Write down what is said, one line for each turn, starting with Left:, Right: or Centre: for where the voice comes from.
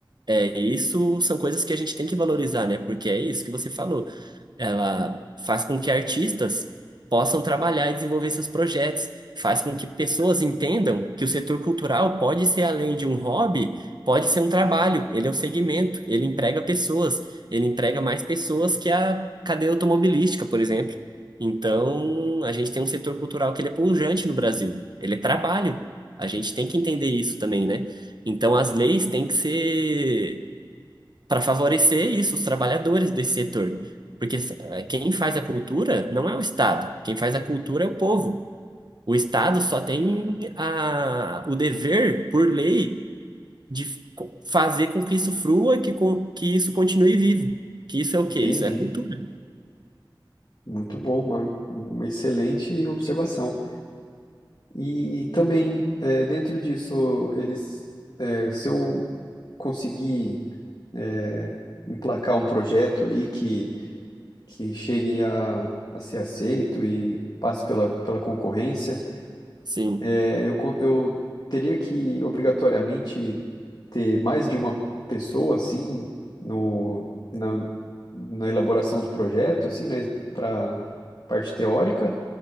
Right: é isso são coisas que a gente tem que valorizar, né? Porque é isso que você falou ela faz com que artistas possam trabalhar e desenvolver seus projetos, faz com que pessoas entendam que o setor cultural pode ser além de um hobby, pode ser um trabalho, ele é um segmento, ele emprega pessoas, ele emprega mais pessoas que a cadeia automobilística, por exemplo. Então, a gente tem um setor cultural que ele é pujante no Brasil, ele é trabalho. A gente tem que entender isso também, né? Então, as leis têm que ser para favorecer isso, os trabalhadores desse setor. Porque eh, quem faz a cultura não é o Estado, quem faz a cultura é o povo. O Estado só tem a, o dever, por lei, de f- co- fazer com que isso frua, que, co- que isso continue vivo. Que isso é o
Left: Entendi.
Right: quê? Isso é a cultura.
Left: Muito bom, uma, uma excelente observação. E também, é, dentro disso, eles, é, se eu conseguir, é, emplacar um projeto ali que, que chegue a, a ser aceito e passe pela, pela concorrência,
Right: Sim.
Left: é, eu, co- eu teria que obrigatoriamente ter mais de uma pessoa assim no, na, na elaboração do projeto, assim, né, para parte teórica,